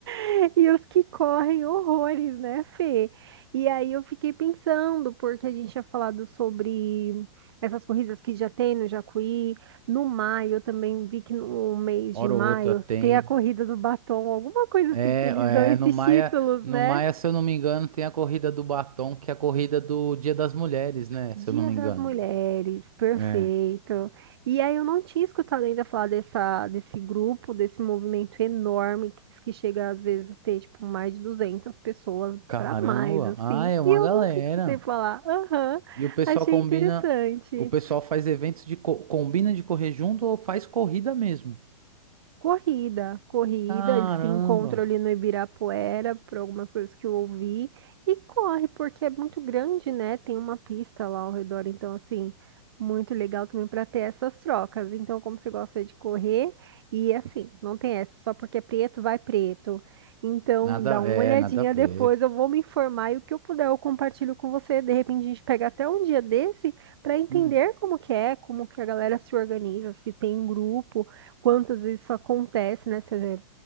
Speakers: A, on the right (about 45°); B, on the right (about 85°).
A: <laughs> E os que correm horrores, né, Fê? E aí eu fiquei pensando, porque a gente tinha falado sobre essas corridas que já tem no Jacuí, no maio, eu também vi que no mês
B: <laughs> Hora
A: de maio
B: ou outra tem.
A: tem a corrida do batom, alguma coisa
B: É,
A: assim, que eles dão esses
B: é, no Maia,
A: títulos,
B: no
A: né?
B: Maia, se eu não me engano, tem a corrida do batom, que é a corrida do Dia das Mulheres, né?
A: Dia
B: Se eu não me
A: das
B: engano.
A: Mulheres, perfeito.
B: É.
A: E aí eu não tinha escutado ainda falar dessa, desse grupo, desse movimento enorme que, diz que chega às vezes a ter tipo mais de 200 pessoas
B: Caramba!
A: para mais assim.
B: Ah, é uma
A: E eu
B: galera.
A: nunca escutei falar. Aham,
B: E o pessoal
A: achei
B: combina,
A: interessante.
B: o pessoal faz eventos de co- combina de correr junto ou faz corrida mesmo?
A: Corrida, corrida,
B: Caramba!
A: eles se encontram ali no Ibirapuera, por algumas coisas que eu ouvi, e corre, porque é muito grande, né? Tem uma pista lá ao redor, então, assim, muito legal também para ter essas trocas. Então, como você gosta de correr, e assim, não tem essa, só porque é preto, vai preto. Então,
B: Nada,
A: dá uma
B: é,
A: olhadinha
B: nada a ver.
A: <laughs> depois, eu vou me informar e o que eu puder eu compartilho com você. De repente, a gente pega até um dia desse para entender
B: Hum,
A: como que é, como que a galera se organiza, se tem um grupo quantas vezes isso acontece, né? Você-